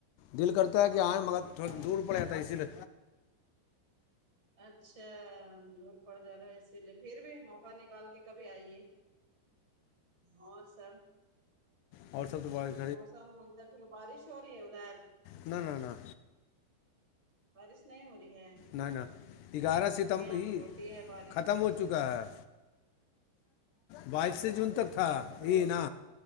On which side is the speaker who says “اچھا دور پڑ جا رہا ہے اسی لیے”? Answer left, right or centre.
Right